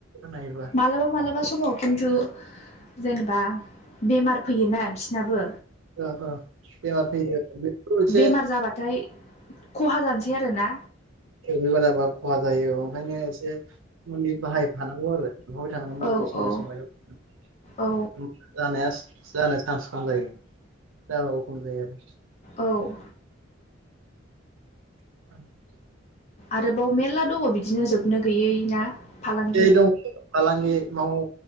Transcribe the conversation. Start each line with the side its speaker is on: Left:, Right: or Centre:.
Right: नायोबा
Left: मालाबा मालाबा समाव खिन्थु जेनेबा बेमार फैयोना बिसनाबो
Right: ओ ओ बेमार फैयो बेबो मोनसे
Left: बेमार जाबाथाय खहा जानोसै आरोना
Right: बेमार जाबा खहा जायो ओंखायनो एसे मुलि बाहायफानां न आरो सोंहारबाय थानांगौ
Left: औ
Right: समाय
Left: औ
Right: समाय हो
Left: औ
Right: जानाया <unintelligible> जानो सान्स खम जायो जाबो खम जायो आरो
Left: औ
Right: <inaudible>
Left: आरोबाव मेरला दङ बिदिनो जोबनो गैयै ना फालांगि
Right: दं फालांगि मावो